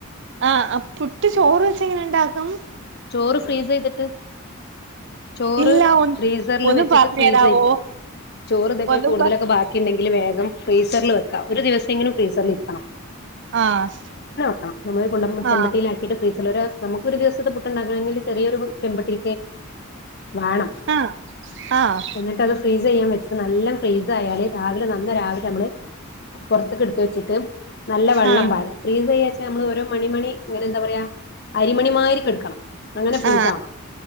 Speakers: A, on the right; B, on the left.
A: ആഹ് പുട്ട് ചോറ് വെച്ച ഇങ്ങനെണ്ടാക്കും
B: ചോറ് ഫ്രീസ് ചെയ്തിട്ട് ചോറ്
A: ഇല്ല ഒ
B: ഫ്രീസറില്
A: ഒന്ന്
B: വെച്ചിട്ട്
A: പറഞ്ഞു
B: ഫ്രീസ്
A: തരാവോ
B: ചെയ്യ ചോറ് ഇതേപോലെ
A: ഒന്ന്
B: കൂടുതലൊക്കെ
A: പ
B: ബാക്കിയുണ്ടെങ്കിൽ വേഗം ഫ്രീസറിൽ വെക്കാം ഒരു ദിവസം കിലും ഫ്രീസറിൽരിക്കണം
A: ആഹ്
B: ഫ്രസൽന്നെവേക്കണം നമ്മൾ ചെമ്പട്ടിൽ
A: ആഹ്
B: ആക്കിട് ചില നമുക്ക് ഒരു ദിവസത്തെ പുട്ടുണ്ടാക്കണെങ്കിൽ ചെറിയൊരു ചെമ്പട്ടി വേണം
A: ആഹ് ആഹ്
B: എന്നിട്ട്ത് ഫ്രീസ് ചെയ്യാൻ വച്ച് നല്ല ഫ്രീസ് ആയാല് രാവിലെ നന്ന രാവിലെ നമ്മള് പുറത്തക്കെ എടുത്ത് വെച് നല്ല വെള്ളം
A: ആഹ്
B: പാര ഫ്രീസ് വേച്ച് നമ്മൾ രോ മണി മണി ഇങ്ങനെ എന്താ പറയാ അരിമണി മാരിക്ക അങ്ങനെ ഫ്രീസ്
A: ആ
B: ആണം